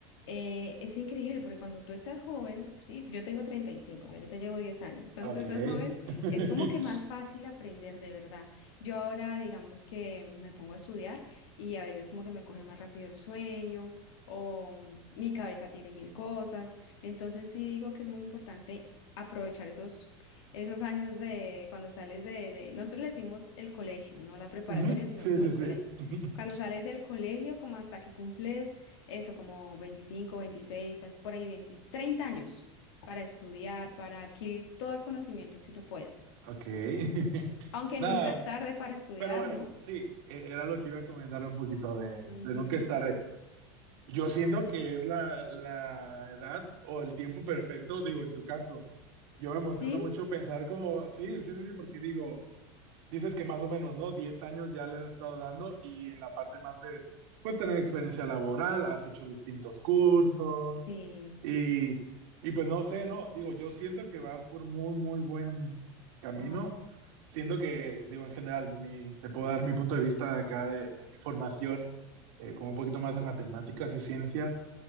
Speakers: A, on the left; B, on the right.
A: eh, es increíble porque cuando tú estás joven, sí, yo tengo 35, o sea, yo te llevo 10 años, cuando
B: Ok.
A: tú estás joven
B: <laughs>
A: es como que más fácil aprender de verdad. Yo ahora, digamos que me pongo a estudiar y a veces como que me coge más rápido el sueño o mm, mi cabeza tiene mil cosas. Entonces sí digo que es muy importante aprovechar esos, esos años de cuando sales de, de- nosotros le decimos el colegio, no la preparatoria,
B: Ujú,
A: sino
B: Sí,
A: como
B: sí,
A: el colegio.
B: sí. <laughs>
A: Cuando sales del colegio, como hasta que cumples eso, como veinticinco veintiséis así por ahí veinte treinta años para estudiar, para adquirir todo el conocimiento que uno pueda.
B: Ok. <laughs>
A: Aunque
B: Nada,
A: nunca es tarde para estudiar,
B: pero bueno,
A: ¿no?
B: sí, e- era lo que iba a comentar un poquito de,
A: Ujú,
B: de nunca es tarde. Yo siento que es la, la edad o el tiempo perfecto, digo, en tu caso. Yo me emociona
A: Sí,
B: mucho pensar como, sí, sí, sí, porque digo, dices que más o menos, ¿no? diez años ya les has estado dando y en la parte más de, pues, tener experiencia laboral, has hecho distintos cursos,
A: sí,
B: Y, y pues no sé, no, digo, yo siento que vas por muy, muy buen camino.
A: ah,
B: Siento que, digo, en general, mi, te puedo dar mi punto de vista de acá de, de mi formación, eh, como un poquito más de matemáticas y ciencias.